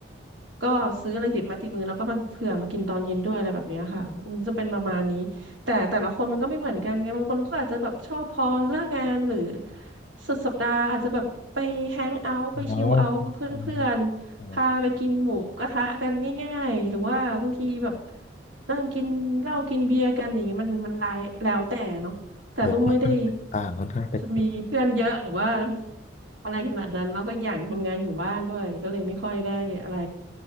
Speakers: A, on the right (about 75°); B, on the left (about 40°).
A: ก็ซื้ออะไรติดไม้ติดมือแล้วก็มาเผื่อมากินตอนเย็นด้วยอะไรแบบเนี้ยค่ะมันจะเป็นประมาณนี้แต่แต่ละคนมันก็ไม่เหมือนกันไงบางคนเขาอาจจะแบบชอบพอเลิกงานหรือสุดสัปดาห์อาจจะแบบไปแฮงเอาท์ไปชิลเอาท์กับเพื่อนๆ
B: อ๋อโออ๋อ
A: พาไปกินหมูกระทะกันง่ายๆหรือว่าบางทีแบบนั่งกินเหล้ากินเบียร์กันอะไรย่างเงี้ยมันมันหลายแล้วแต่เนาะแต่ตุ้มไม่ได้
B: โอ้ต่างค่อนข้างแตก
A: มีเพื่อนเยอะหรือว่าอะไรขนาดนั้นแล้วก็อย่างทำงานอยู่บ้านด้วยก็เลยไม่ค่อยได้อะไร